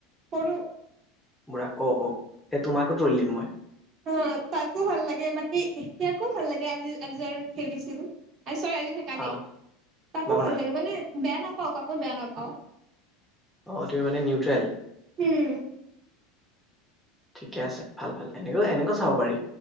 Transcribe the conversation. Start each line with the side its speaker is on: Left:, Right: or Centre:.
Right: কৰোঁ।
Centre: বুঢ়া ক অ এ তোমাকো ট্ৰল দিম মই।
Right: অ তাকো ভাল লাগে বাকী এতিয়াকো ভাল লাগে আজি আজি খেলিছিলো আ চৰী আজি নহয় কালি,
Centre: অ
Right: কাকো
Centre: বাবনা
Right: ভাল লাগে মানে বেয়া নাপাও কাকো বেয়া নাপাও।
Centre: অ তুমি মানে নিউট্ৰেল।
Right: উম
Centre: ঠিকে আছে ভাল ভাল এনেকও এনেক চাব পাৰি